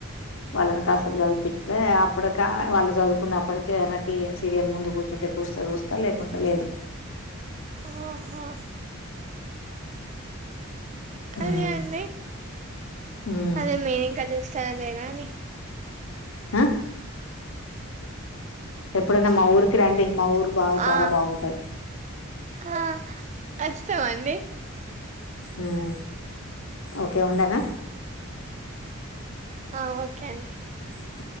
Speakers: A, on the left; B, on the right.
A: వాళ్లని కాసేపు చదివిపిస్తే అప్పుడుకే వాళ్లు చదువుకున్నప్పటికే న టీవీ సీరియల్ ముందు కూర్చుంటే చూ స్తే చూస్తా లేకుంటే లేదు
B: ఆహా అదే
A: ఉమ్
B: అండి
A: ఉమ్
B: అదే మీర్ ఇంకా చూస్తారా లేద అని
A: ఆ ఎప్పుడైనా మా ఊరికి రండి మా ఊరు బాగా
B: ఆ
A: చాలా బాగుంటది
B: ఆ వస్తాం అండి
A: ఉమ్ ఓకే ఉండనా
B: ఆ ఓకే అండి
A: ఆ